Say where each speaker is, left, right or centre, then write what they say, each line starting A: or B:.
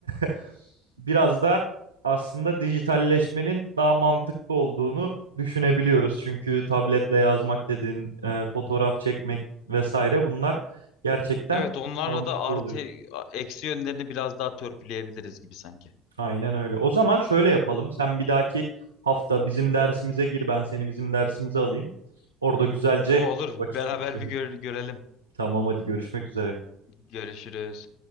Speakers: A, on the right (about 90°); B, on the left (about 60°).
A: <laughs> biraz da aslında dijitalleşmenin daha mantıklı olduğunu düşünebiliyoruz. Çünkü tabletle yazmak dediğin, e, fotoğraf çekmek vesaire bunlar gerçekten
B: Evet onlarla
A: mantıklı
B: da artı
A: oluyor.
B: a- eksi yönlerini biraz daha törpüleyebiliriz gibi sanki.
A: Aynen öyle. O zaman şöyle yapalım. Sen bir dahaki hafta bizim dersimize gir, ben seni bizim dersimize alayım. Orada güzelce
B: <laughs> O olur
A: vakit
B: beraber
A: geçirelim.
B: bir gör- görelim.
A: Tamam hadi görüşmek üzere.
B: Görüşürüz.